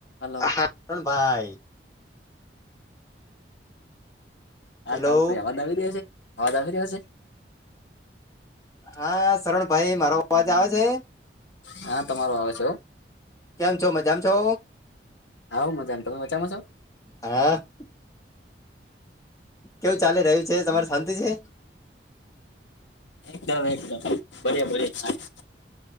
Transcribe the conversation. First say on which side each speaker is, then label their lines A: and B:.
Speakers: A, on the left; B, on the left.
A: હલો
B: હા, ભાઈ.
A: આ
B: હેલો
A: તાલ તોાઈ અવાજ આવી રહ્યો છે, અવાજ આવી રહ્યો છે.
B: હા, સરણ ભાઈ મારો અવાજ આવે છે?
A: હા, તમારો આવે છે.
B: કેમ છો? મજા માં છો?
A: હા, હું તો મજામાં. તમે મજામાં છો?
B: ઓફ <unintelligible> કેવું ચાલી રહ્યું છે? તમારે શાંતિ છે?
A: એકદમ, એકદમ. ભલે, ભલે. સારું.